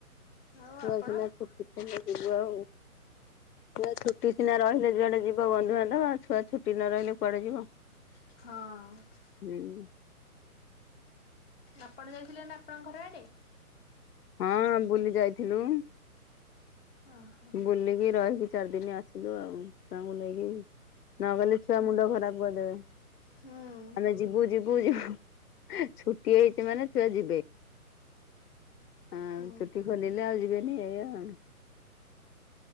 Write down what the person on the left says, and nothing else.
ଛୁଆ
ସିନା ଛୁଟି ଖୋଲିଲେ ଯିବୁ ଆଉ ଛୁଆ ଛୁଟି ସିନା ରହିଲେ ଯୁଆଡେ ଯିବ ବନ୍ଧୁବାନ୍ଧବ ଛୁଆ ଛୁଟି ନ ରହିଲେ କୁଆଡେ ଯିବ?
ହୁଁ।
ହଁ ବୁଲି ଯାଇଥିଲୁ।
ବୁଲିକି ରହିକି ଚାରି ଦିନି ଆସିଲୁ ଆଉ ତାଙ୍କୁ ନେଇକି। ନ ଗଲେ ଛୁଆ ମୁଣ୍ଡ ଖରାପ୍ କରିଦେବେ।
ଆମେ ଯିବୁ ଯିବୁ ଯିବୁ ଛୁଟି ହେଇଚି ମାନେ ଛୁଆ ଯିବେ। ହଁ
ଛୁଟି ଖୋଲିଲେ ଆଉ ଯିବେନି ଏଇଆ ଆଉ।